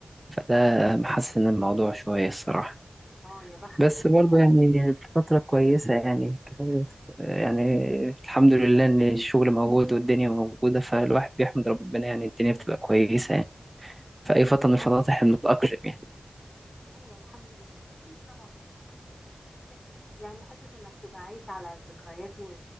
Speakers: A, on the right; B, on the left.
A: فده محسن الموضوع شوية الصراحة
B: اه يا بختك
A: بس برضه
B: بقى
A: يعني الفترة كويسة يعني يعني الحمد لله إن الشغل موجود والدنيا موجودة فالواحد بيحمد ربنا يعني الدنيا بتبقى كويسة يعني في أي فترة من الفترات إحنا بنتأقلم يعني
B: ايوه الحمد لله اكيد طبعا بنتاقلم يعني بس يعني حته انك تبقى عايش على الذكريات و...